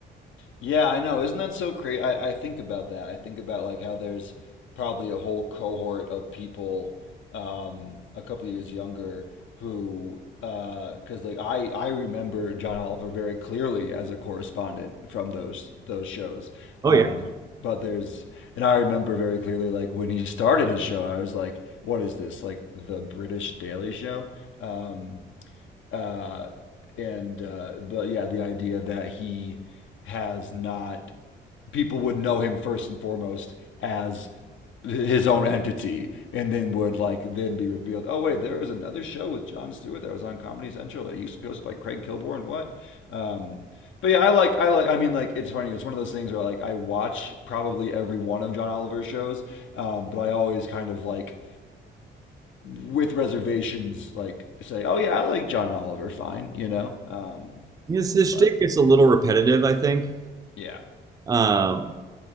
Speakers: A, on the left; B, on the right.
A: Yeah, I know. Isn't that so crazy? I, I think about that. I think about like how there's probably a whole cohort of people um, a couple years younger who, because like I, I remember John Oliver very clearly as a correspondent from those those shows.
B: Oh
A: Um,
B: yeah,
A: but there's, and I remember very clearly like when he started his show, I was like, what is this? Like the British Daily Show? Um, uh, and uh, but yeah, the idea that he has not people would know him first and foremost as his own entity and then would like then be revealed oh wait there was another show with john stewart that was on comedy central that used to be hosted by craig kilborn and what um but yeah i like i like i mean like it's funny it's one of those things where like i watch probably every one of john oliver's shows um but i always kind of like with reservations, like say, oh yeah, I like John Oliver, fine, you know. Um,
B: his his
A: but
B: shtick gets a little repetitive, I think.
A: yeah,
B: Um,